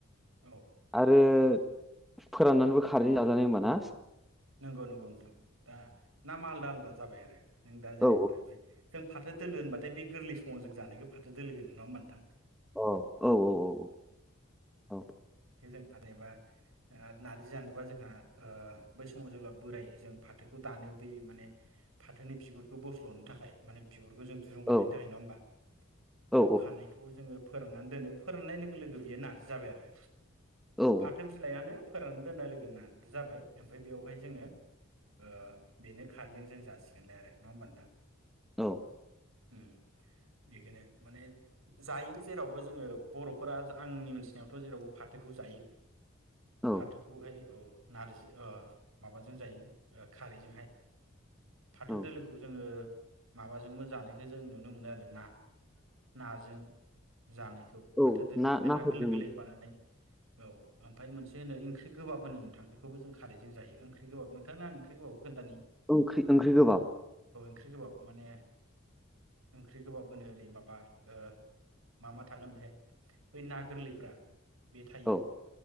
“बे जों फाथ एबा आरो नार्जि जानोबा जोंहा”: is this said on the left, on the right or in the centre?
Right